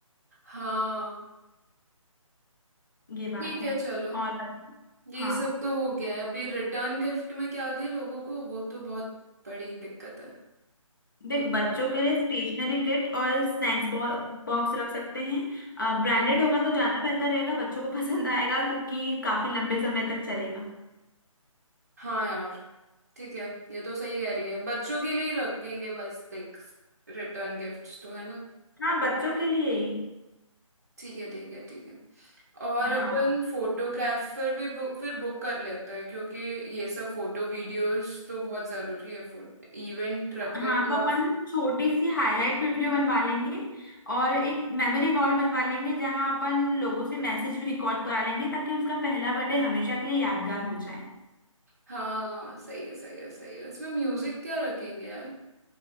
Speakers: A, on the right; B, on the left.
A: हाँ
B: ये बात
A: ठीक
B: है
A: है चलो
B: और बत-
A: ये
B: हाँ
A: सब तो हो गया है अभी रिटर्न गिफ्ट में क्या दें लोगों को वो तो बहुत बड़ी दिक्कत है
B: देख
A: कुछ समझ
B: बच्चों
A: नहीं
B: के लिए स्टेशनरी किट और स्नैक्स बॉक्स रख सकते हैं
A: हम्म।
B: ब्रांडेड होगा तो ज्यादा बेहतर रहेगा बच्चों को पसंद आएगा क्योंकि काफी लंबे समय तक चलेगा
A: हाँ यार ठीक है ये तो सही कह रही है बच्चों के लिए रखेंगे बस देख रिटर्न गिफ्ट्स तो है ना
B: हाँ बच्चों के लिए ही
A: ठीक है ठीक है ठीक है और अपन
B: हाँ
A: फोटोग्राफर भी बुक फिर बुक कर लेते हैं क्योंकि ये सब फोटो वीडियोस तो बहुत जरूरी है फोटो इवेंट रख रहे
B: हाँ
A: हैं तो
B: तो अपन
A: अब
B: छोटी सी हाईलाइट वीडियो बनवा लेंगे और एक मेमोरी वॉल बनवा लेंगे जहाँ अपन लोगों से मैसेज भी रिकॉर्ड करा लेंगे ताकि उसका पहला बर्थडे हमेशा के लिए यादगार हो जाए
A: हाँ सही है सही है सही है इसमें म्यूजिक क्या रखेंगे यार